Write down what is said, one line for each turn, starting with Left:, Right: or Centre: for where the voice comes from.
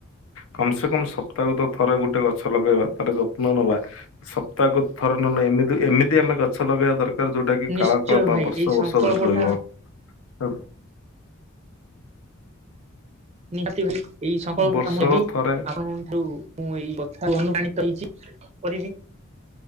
Left: କମ ସେ କମ ସପ୍ତାହ ତ ଥରେ ଗୋଟେ ଗଛ ଲଗେଇବା ତାର ଯତ୍ନ ନବା ସପ୍ତାହକୁ ଥରେ ନହଲେ ଏମିତି ଏମିତି ଆମେ ଗଛ ଲଗେଇବା ଦରକାର ଯୋଉଟା କିି
Right: ନିଶ୍ଚୟ
Left: କାଳ କାଳ ବା
Right: ଭାଇ
Left: ବର୍ଷ
Right: ଏଇ
Left: ବର୍ଷ
Right: ସଂକଳ୍ପ
Left: ଧରି ରହିବ
Right: ଟା
Left: ହଁ
Right: ନିହାତି ଭାଇ ଏଇ ସଂକଳ୍ପଟା
Left: ବର୍ଷର
Right: ମୁଁ ନେବି
Left: ଥରେ
Right: ଆପଣଙ୍କଠୁ ମୁଁ ଏଇ କଥା ଅନୁପ୍ରାଣିତ ହେଇଛି କରିବି